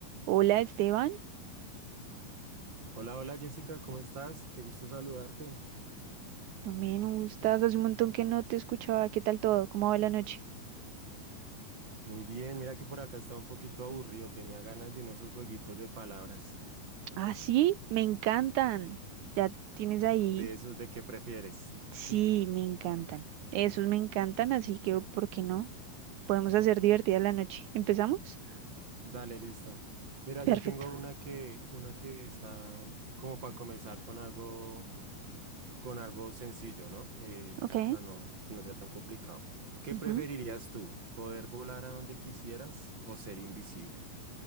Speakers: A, on the right (about 70°); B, on the right (about 30°).
A: Hola Esteban,
B: Hola, hola Jessica, ¿cómo estás? Qué gusto saludarte.
A: también un gustazo, hace un montón que no te escuchaba, ¿qué tal todo? ¿Cómo va la noche?
B: Muy bien, mira que por acá estaba un poquito aburrido, tenía ganas de uno de esos jueguitos de palabras,
A: Ah, sí, me encantan, ya tienes ahí,
B: de esos de qué prefieres.
A: sí,
B: <laughs>
A: me encantan, esos me encantan, así que, ¿por qué no? Podemos hacer divertida la noche, ¿empezamos?
B: Dale, listo. Mira, yo
A: Perfecto,
B: tengo una que, una que está como para comenzar con algo, con algo sencillo, ¿no? Eh,
A: ok.
B: para no, que no sea tan complicado. ¿Qué
A: ujú.
B: preferirías
A: <gasps>
B: tú? ¿Poder volar a donde quisieras o ser invisible?